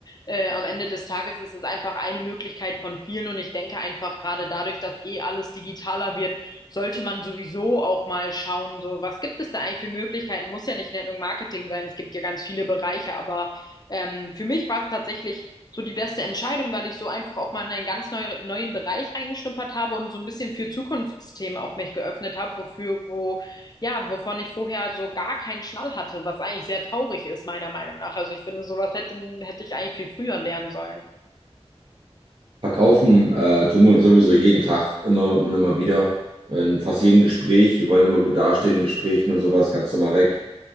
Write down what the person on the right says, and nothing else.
Verkaufen äh, tun wir sowieso jeden Tag, immer und immer wieder. In fast jedem Gespräch. Wir wollen immer gut dastehen in Gesprächen und sowas, ganz normal weg.